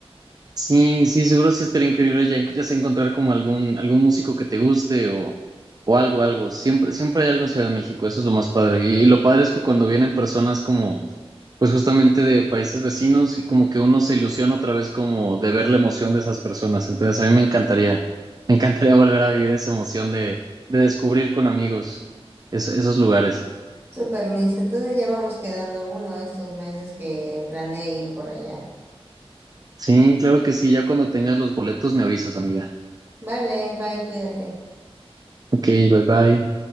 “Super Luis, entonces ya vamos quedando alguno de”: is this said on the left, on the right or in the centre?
Right